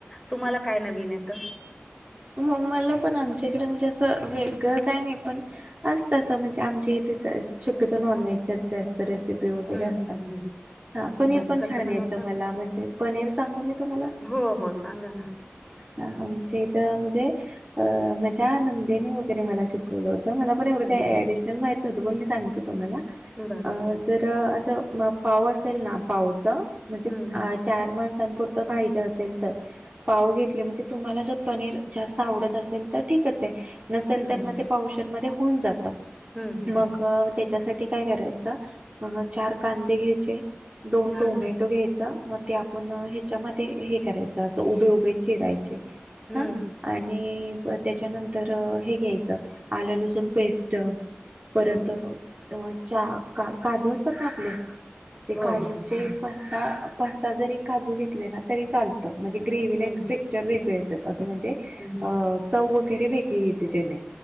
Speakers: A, in the centre; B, on the right.
A: तुम्हाला काय नवीन येत?
B: हो मला पण आमच्याकडे म्हणजे असं वेगळं काय नाही पण असत असं म्हणजे आमच्या इथे शक्यतो नॉनव्हेज जास्त रेसिपी वगैरे
A: हम्म
B: असतात.
A: हम्म
B: हा,
A: हम्म
B: पनीर
A: बरं
B: पण
A: कसं
B: छान
A: बनवता?
B: येतं मला म्हणजे, पनीर सांगू मी तुम्हाला?
A: हो हो सांगा ना.
B: आमच्या इथ म्हणजे अ माझ्या नंदेने वगैरे मला शिक बोल होत मला पण एवढं
A: हं,
B: काही
A: बरं
B: ऍडिशनल माहित नव्हतं पण मी सांगते तुम्हाला
A: बरोबर
B: जर असं पाव असेल ना पावचं म्हणजे
A: हम्म
B: आ चार माणसांपुरतं पाहिजे असेल तर, पाऊ घेतले म्हणजे तुम्हाला जर पनीर जास्त आवडत असेल तर ठीकच आहे, नसेल
A: हम्म
B: तर मग ते पावशरमध्येध्ये होऊन जात.
A: हम्म हम्म.
B: मग त्याच्यासाठी काय करायचं चार कांदे घ्या दोन
A: हम्म
B: टोमॅटो घ्यायचा. मग ते आपण ह्याच्यामध्ये हे करायचं असं उभे उभे चिरायचे.
A: हम्म.
B: हा आणि त्याच्यानंतर हे घ्यायचं आलं लसूण पेस्ट परत
A: हम्म.
B: अ च्या का काजू असता टाकले ते
A: हो
B: काजूचे
A: हो हो.
B: पाच सहा पाच सहा जरी काजू घेतले ना तरी चालतं म्हणजे ग्रेव्हीला
A: हम्म
B: एक स्टेक्चर वेगळ येतं. असं म्हणजे,
A: हम्म
B: अ चव वगैरे वेगळी येते त्याने